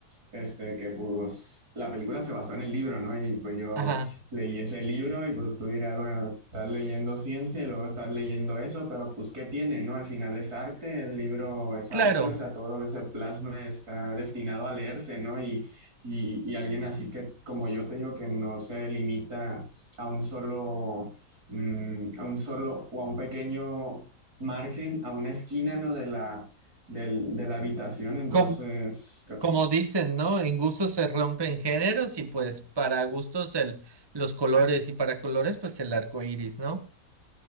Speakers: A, on the right; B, on the right.
A: este, que pues la película se basó en el libro, ¿no? Y pues yo
B: Ajá,
A: leí ese libro y pues tú dirás, bueno, estás leyendo ciencia y luego estás leyendo eso, pero pues ¿qué tiene, no? Al final es arte, el libro es
B: claro.
A: arte, o sea, todo lo que se plasma está destinado a leerse, ¿no? Y y, y alguien así que, como yo te digo, que no se limita a un solo, mm, a un solo o a un pequeño margen, a una esquina, ¿no? de la, del- de la habitación. Entonces,
B: Com-
A: ca-
B: como dicen, ¿no? En gustos se rompen géneros y pues para gustos el, los colores y para colores pues el arco iris, ¿no?